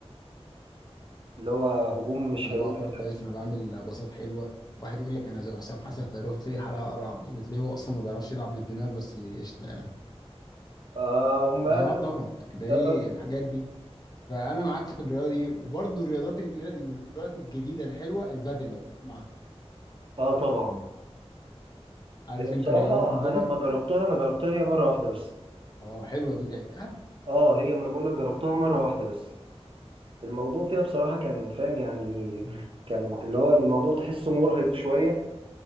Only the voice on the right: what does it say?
اللي هو هجوم مش
هيقول
لك.
آه هم اغلب
اه, آه
آه، طبعا
هي بصراحه
انا لما جربتها انا جربتها هي مره واحده بس
اه هي ما انا بقول لك جربتها مره واحده بس الموضوع فيها بصراحه كان فاهم يعني
كان اللي هو الموضوع تحسه مرهق شويه